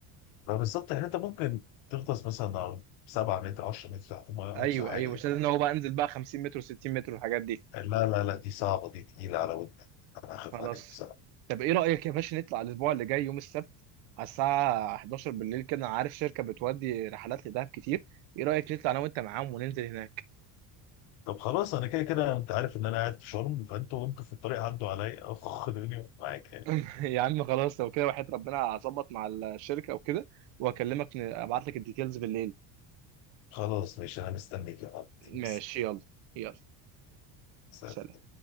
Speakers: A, on the left (about 80°); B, on the right (about 70°).
A: فبالظبط يعني انت ممكن تغطس مثلا على 7 متر 10 متر تحت الميه
B: ايوه
A: اقصى حاجه
B: ايوه
A: يعني.
B: مش لازم ان هو بقى انزل بقى 50 متر و60 متر والحاجات دي
A: لا لا لا دي صعبه دي تقيله على ودنك انا
B: خلاص
A: اخاف عليك بصراحه
B: طب ايه رأيك يا باشا نطلع الاسبوع اللي جاي يوم السبت على الساعة 11 بالليل كده انا عارف شركة بتودي رحلات لدهب كتير ايه رأيك نطلع انا وانت معاهم وننزل هناك
A: طب خلاص انا كده كده انت عارف ان انا قاعد في شرم فانتوا وانتوا في الطريق عدوا عليا اخ دنيا معاك يعني
B: <laughs> يا عم خلاص لو كده وحياة ربنا هظبط مع الشركة وكده واكلمك ابعت لك الديتيلز بالليل
A: خلاص ماشي انا مستنيك يا عم.
B: ماشي يلا يلا
A: سلام.
B: سلام